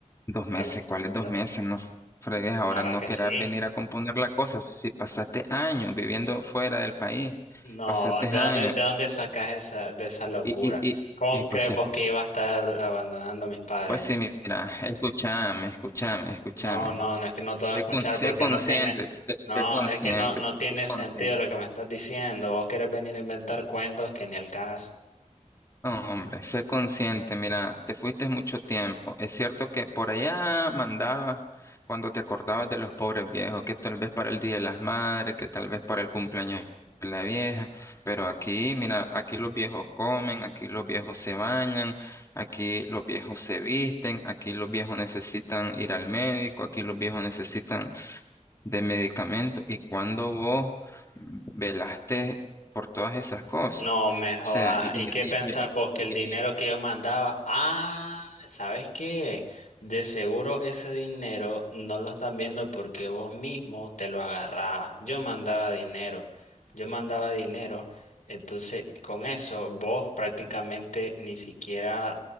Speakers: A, on the left; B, on the left.
A: dos
B: Solo,
A: meses. ¿Cuáles dos
B: solo-
A: meses? No fregues. Ahora
B: claro
A: no
B: que
A: querás
B: sí.
A: venir a componer la cosa. Si pasaste años viviendo fuera del país,
B: No,
A: pasaste
B: ¿de
A: años.
B: dónde, de dónde sacas esa, de esa locura?
A: Y, y, y,
B: ¿Cómo
A: y
B: crees
A: pues sí,
B: vos que iba a estar abandonando a mis padres?
A: pues sí, mira, escúchame, escúchame, escúchame.
B: No, no, no es que no te
A: Sé,
B: voy a escuchar
A: con, sé
B: porque
A: consciente,
B: no tiene,
A: sé,
B: no,
A: sé consciente,
B: es que no, no tiene
A: sé
B: sentido
A: consciente.
B: lo que me estás diciendo. Vos querés venir a inventar cuentos que ni el caso.
A: No, hombre, sé consciente, mira, te fuiste mucho tiempo. Es cierto que por allá mandabas cuando te acordabas de los pobres viejos, que tal vez para el Día de las Madres, que tal vez para el cumpleaños de la vieja, pero aquí, mira, aquí los viejos comen, aquí los viejos se bañan, aquí los viejos se visten, aquí los viejos necesitan ir al médico, aquí los viejos necesitan de medicamentos y cuando vos velaste por todas esas cosas.
B: No me
A: O
B: jodas.
A: sea, y,
B: ¿Y qué
A: y- y-
B: pensás
A: y-
B: vos
A: y-
B: que
A: y-
B: el dinero
A: y-
B: que yo mandaba? Ah, ¿sabes qué? De seguro ese dinero no lo estás viendo porque vos mismo te lo agarrabas. Yo mandaba dinero, yo mandaba dinero. Entonces, con eso vos prácticamente ni siquiera,